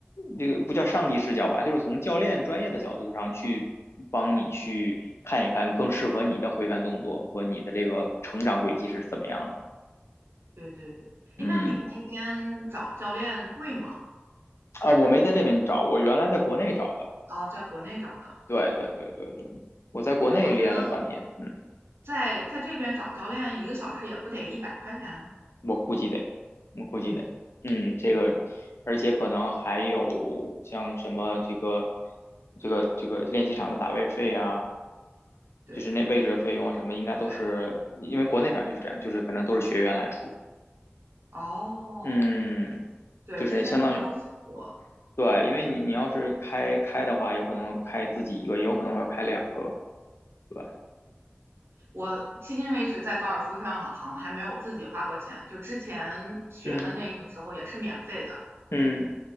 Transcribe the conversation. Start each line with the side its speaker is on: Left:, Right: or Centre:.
Left: 这个不叫上帝视角吧，就是从教练专业的角度上去帮你去看一看更适合你的挥杆动作和你的这个成长轨迹是怎么样
Right: 对对对。
Left: 嗯
Right: 哎，那你们那边找教练贵吗？
Left: 啊，我没在这边找，我原来在国内找的。
Right: 然后在国内找的，
Left: 对对对对对，我在国内练了半年，
Right: 因为我觉得
Left: 嗯，
Right: 在在这边找教练一个小时也不得一百块钱。
Left: 我估计得，我估计得，
Right: 嗯
Left: 嗯，这个，
Right: 嗯，
Left: 而且可能还有像什么这个，这个这个练习场的打位费啊，
Right: 对
Left: 就是那位置的费用啊什么，应该都是因为国内反正就是这样，
Right: 对。
Left: 就是反正都是学员来出，
Right: 哦，
Left: 嗯，
Right: 对，
Left: 就是相当于
Right: 之前都没有想过。
Left: 对，因为你你要是开开的话，有可能开自己一个，也有可能会开两个，对吧，
Right: 我迄今为止在高尔夫上好像还没有自己花过钱，就之前学的那个时候也是免费的，
Left: 嗯嗯